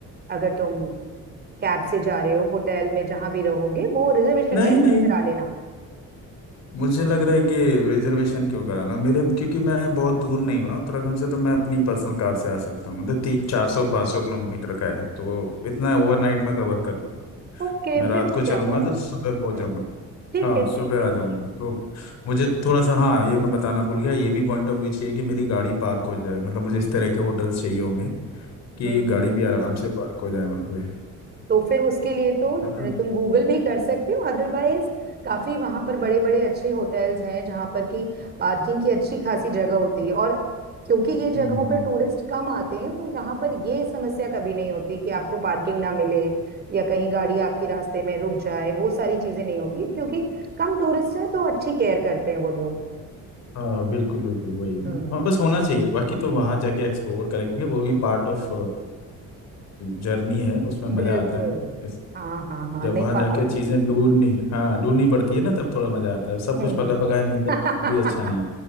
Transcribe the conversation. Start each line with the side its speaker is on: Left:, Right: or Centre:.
Right: अगर तुम कैब से जा रहे हो होटल में जहां भी रहोगे वो रिजर्वेशन
Left: नहीं
Right: पहले
Left: नहीं
Right: से करा लेना
Left: मुझे लग रहा है कि रिजर्वेशन क्यों कराना मेरे क्योंकि मैं बहुत दूर नहीं हूँ ना उत्तराखंड से तो मैं अपनी पर्सनल कार से आ सकता हूँ मतलब तीन चार सौ पाँच सौ किलोमीटर का है तो इतना ओवरनाइट में कवर कर लूँ
Right: ओके
Left: मैं रात
Right: फिर तो
Left: को
Right: क्या
Left: चलूंगा
Right: प्रॉब्लम
Left: तो सुबह
Right: है
Left: पहुंच जाऊंगा
Right: हम्म ठीक
Left: हाँ
Right: है ठीक
Left: सुबह
Right: है
Left: आ जाऊंगा
Right: ठीक है
Left: तो मुझे थोड़ा सा हाँ ये मैं बताना भूल गया ये भी पॉइंट ऑफ व्यू चाहिए कि मेरी गाड़ी पार्क हो जाए मतलब मुझे इस तरह के होटल्स चाहिए होंगे कि
Right: हम्म
Left: गाड़ी भी आराम से पार्क हो जाए वहाँ पे है
Right: तो फिर उसके लिए तो
Left: ना
Right: तुम गूगल भी कर सकते हो अदरवाइज काफी वहां पर बड़े बड़े अच्छे होटल्स हैं जहां पर की पार्किंग की अच्छी खासी जगह होती है और क्योंकि ये जगहों
Left: हम्म हम्म।
Right: पर टूरिस्ट कम आते हैं तो यहाँ पर ये समस्या कभी नहीं होती कि आपको पार्किंग ना मिले या कहीं गाड़ी आपकी रास्ते में रुक जाए वो सारी चीजें नहीं होती क्योंकि कम टूरिस्ट हैं तो अच्छी केयर करते हैं वो लोग
Left: हाँ बिल्कुल बिल्कुल वही ना
Right: हम्म
Left: हाँ बस
Right: हम्म।
Left: होना चाहिए बाकी तो वहाँ जाके एक्सप्लोर करेंगे वो भी पार्ट ऑफ जर्नी है उसमें मज़ा
Right: बिल्कुल
Left: आता है इस
Right: हाँ हाँ हाँ
Left: जब
Right: नहीं
Left: वहाँ जाके
Right: पहाड़
Left: चीज़ें ढूंढनी हाँ ढूंढनी पड़ती है ना तब थोड़ा मज़ा आता है सब
Right: हम्म
Left: कुछ पका पकाया मिल जाए
Right: <laughs>
Left: वो भी अच्छा नहीं